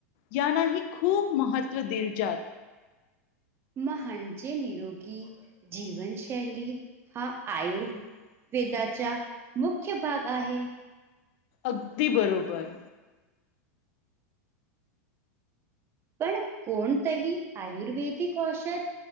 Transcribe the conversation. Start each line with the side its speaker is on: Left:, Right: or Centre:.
Left: यानाही खूप महत्व दिलज्यात.
Right: माहांजे निरोगी जीवनशैली हा आयुर वेदाच्या मुख्य भाग आहे.
Left: अगदी बरोबर.
Right: पण कोणतही आयुर्वेदिक औषध